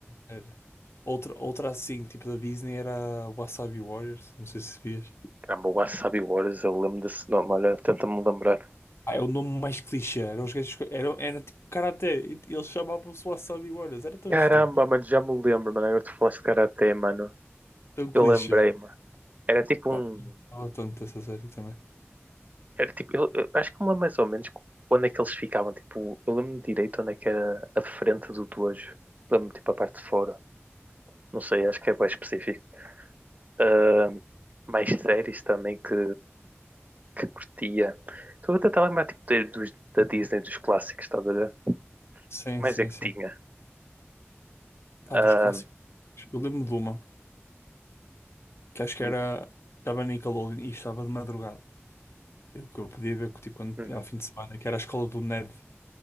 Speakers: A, on the left; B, on the right.
A: Era. Outra, outra assim, tipo da Disney, era Wasabi Warriors, não sei se vias.
B: Caramba, o Wasabi Wars, eu lembro desse nome, olha, tenta-me lembrar.
A: Ah, é o nome mais clichê, eram os gajos, que- eram, era tipo karaté, e eles chamavam-se Wasabi Warriors, era tão
B: Caramba,
A: estúpido,
B: mano, já me lembro, mano, agora tu falaste de Karate, mano.
A: tão clichê.
B: Eu lembrei-me. Era tipo
A: Pá,
B: um.
A: gostava tanto dessa série também.
B: Era tipo, eu, eu acho que me lembro mais ou menos onde é que eles ficavam. Tipo, eu lembro-me direito onde é que era a frente do dojo. Lembro-me tipo a parte de fora. Não sei, acho que é bem específico. Ah, mais séries também que, que curtia. Estou a tentar lembrar tipo, de- dos, da Disney, dos clássicos, estás a ver?
A: Sim,
B: O mais
A: sim,
B: é que
A: sim.
B: tinha?
A: Pá,
B: Ah,
A: dos clássicos, eu lembro de uma. que acho que
B: hum,
A: era, estava na Nickelodeon e estava de madrugada. Eu, que eu podia ver que, tipo, quando,
B: hum.
A: ao fim de semana, que era a escola do Ned,